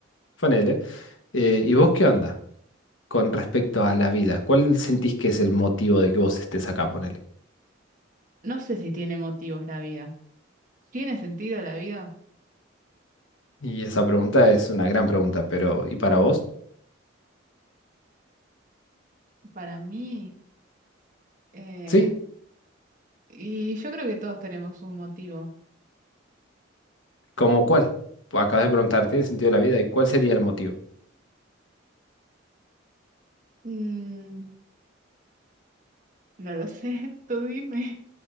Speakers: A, on the left; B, on the right.
A: Ponele. Eh, ¿y vos qué onda con respecto a la vida? ¿Cuál sentís que es el motivo de que vos estés acá, ponele?
B: no sé si tiene motivos la vida. ¿Tiene sentido la vida?
A: Y esa pregunta es una gran pregunta, pero ¿y para vos?
B: Para mí, eh,
A: Sí,
B: y yo creo que todos tenemos un motivo.
A: ¿cómo cuál? Acabas de preguntarte el sentido de la vida y cuál sería el motivo.
B: Mm, no lo sé, <laughs> tú dime.